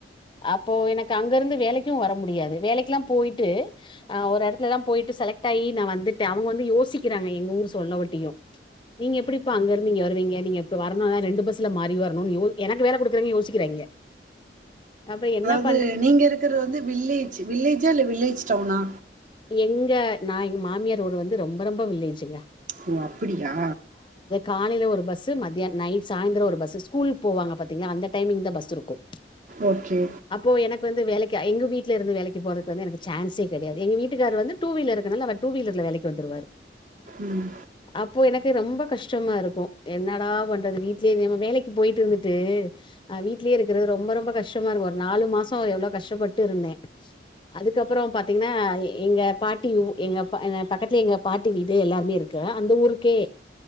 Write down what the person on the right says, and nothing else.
அது நீங்க இருக்கிறது வந்து வில்லேஜ் வில்லேஜா இல்ல வில்லேஜ் டவுனா
ஓ அப்பிடியா
ஓகே
ம்